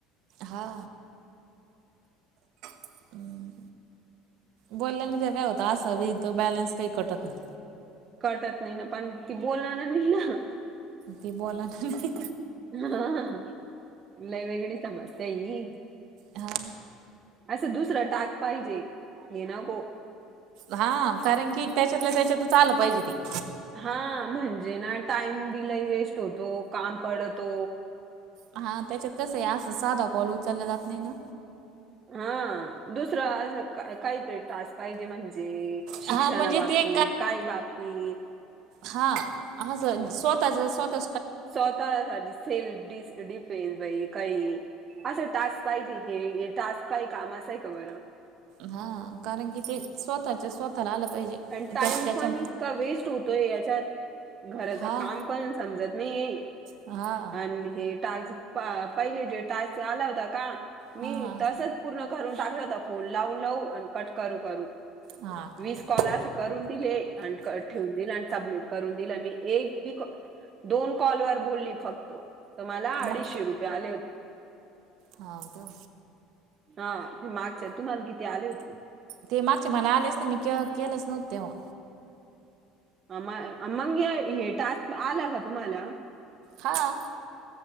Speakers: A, on the right; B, on the right.
A: हा. हं. बोलल्याने तर काय होत? असं बी इथं, बॅलन्स काही कटत नाही.
B: कटत नाही ना पण ती बोला ना नाही ना.
A: ते बोला ना नाही.
B: <unintelligible> लयवेगडी समस्या आहे हि.
A: हा.
B: असं दुसरं टाक पाहिजे ये नाको.
A: हा कारण की त्याच्यातल्या त्याच्यात आलं पाहिजे ते.
B: हा म्हणजे ना टाईम बि लय वेस्ट होतो काम पडतो.
A: हा त्याच्यात कसं आहे असं साधा कॉल उचलला जात नाही ना.
B: हा दुसरं अस काहीतरी टास पाहिजे म्हणजे शिक्षणाबाबतीत
A: हा म्हणजे ते
B: काही बाबतीत.
A: हां ह स स्वतःच, स्वतः
B: स्वतः साठी सेल डिस डिफेस बाई काही. असं टास्क पाहिजे हे हे टास्क काही कामाचा आहे का बरं.
A: हा कारण कि ते स्वतःच्या स्वतःला आलं पाहिजे.
B: आणि टाइम
A: त्या त्याच्या
B: पण इतका वेस्ट होतोय याच्यात. घराच
A: हा
B: काम पण समजत नाही
A: हा
B: आणि हे टाज प पहिले टास आला होता का? मी
A: हा हा
B: तसच पूर्ण करून टाकला तर फोन लावू लावू अन कट करू करू.
A: हा हा.
B: वीस कॉल असे करून दिले आणि क ठेवून दिल आणि सबमिट करून दिलं मी एक बी दोन कॉल वर बोलली फक्त, तर मला अडीचशे
A: मग
B: रुपये आले होते.
A: हा का?
B: हा ते मागच्या तुम्हाला किती आले होते.
A: ते मागचे मला आलेच नाही मी के केलंच नव्हत तेव्हा.
B: <unintelligible> मग हे टास्क आला का तुम्हाला.
A: हा.